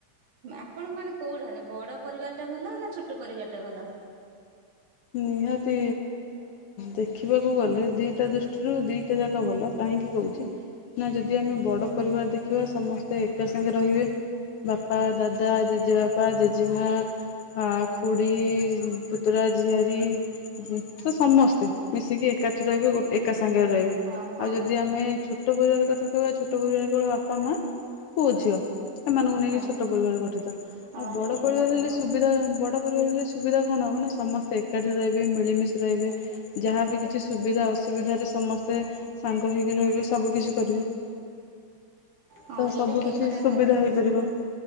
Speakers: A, on the right; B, on the left.
A: ଆପଣଙ୍କ ମାନେ କୋଉଟା ମାନେ ବଡ ପରିବାରଟା ଭଲ ନା ଛୋଟ ପରିବାରଟା ଭଲ?
B: ନିହାତି ଦେଖିବାକୁ ଗଲେ ଦିଟା ଦୃଷ୍ଟିରୁ ଦିଟା ଯାକ ଭଲ। କାହିଁକି କହୁଛି ନା ଯଦି ଆମେ ବଡ଼ ପରିବାର ଦେଖିବା ସମସ୍ତେ ଏକା ସାଙ୍ଗରେ ରହିବେ। ବାପା, ଦାଦା, ଜେଜେବାପା, ଜେଜେମା ହଁ ଖୁଡ଼ି, ପୁତୁରା ଝିଆରୀ ତ ସମସ୍ତେ ମିଶିକି ଏକାଠି ରହିବେ ଗୋ ଏକା ସାଙ୍ଗରେ ରହିବେ।
A: ହଁ ହଁ
B: ଆଉ ଯଦି ଆମେ ଛୋଟ ପରିବାର କଥା କହିବା ଛୋଟ ପରିବାର କେବଳ ବାପା ମା ପୁଅ ଝିଅ ଏମାନଙ୍କୁ ନେଇକି
A: ହଁ
B: ଛୋଟ ପରିବାର ଗଠିତ। ଆଉ
A: ଏଇଟା
B: ବଡ଼
A: ଠିକ
B: ପରିବାର
A: କଥା କହିଲେ
B: ହେଲେ
A: ହଁ।
B: ସୁବିଧା ବଡ଼ ପରିବାରରେ ସୁବିଧା କଣ ହେବ ନା ସମସ୍ତେ ଏକାଠି ରହିବେ ମିଳିମିଶି ରହିବେ। ଯାହାବି କିଛି ସୁବିଧା ଅସୁବିଧାରେ ସମସ୍ତେ ସାଙ୍ଗ ହେଇକି ରହିବେ ସବୁ କିିଛି କରିବେ।
A: ହଁ
B: ତ
A: ଏଇଟା
B: ସବୁ
A: ଠିକ୍
B: କିିଛି
A: କଥା
B: ସୁବିଧା
A: କହିଲେ।
B: ହେଇପାରିବ।